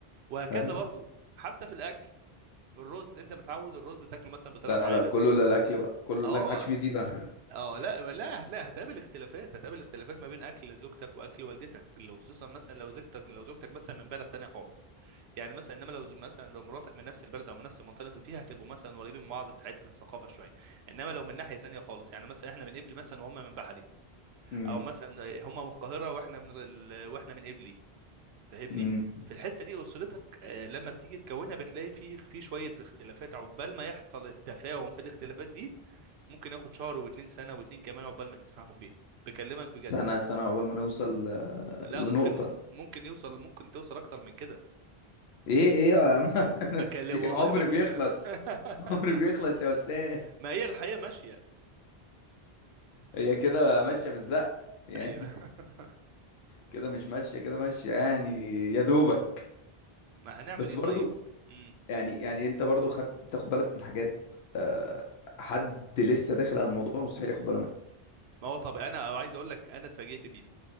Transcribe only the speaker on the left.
ايوه
لا
لا كله لا الاكل بقى كله
لا محدش ميد ايده
امم
امم <laughs>
سنة سنة عقبال ما نوصل آه،
لنقطة
ايه ايه يا عم <laughs>
في
عمر
بيخلص
عمر بيخلص يا استاذ
هي كده بقى ماشية بالزق يعني
<laughs>
كده مش ماشية كده ماشية يعني يا دوبك
بس
برضو
يعني يعني انت برضو خدت تاخد بالك من حاجات آه، حد لسه داخل على الموضوع مستحيل ياخد باله منها